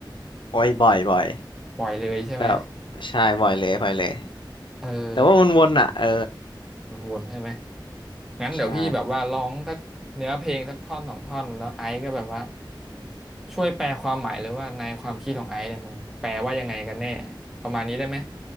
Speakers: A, on the left (about 75°); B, in the centre.
A: โอ้ยบ่อยบ่อย
B: บ่อยเลยใช่ไหม
A: แต่ใช่บ่อยเลยบ่อยเลย
B: เออ
A: แต่ว่าวนๆอ่ะเออ
B: วนๆใช่ไหมงั้นเดี๋ยวพี่แบบว่าร้องสักเนื้อเพลงสักท่อนสองท่อนแล้วไอซ์ก็แบบว่า
A: ใช่
B: ช่วยแปลความหมายเลยว่าในความคิดของไอซ์เนี่ยมันแปลว่ายังไงกันแน่ประมาณนี้ได้ไหม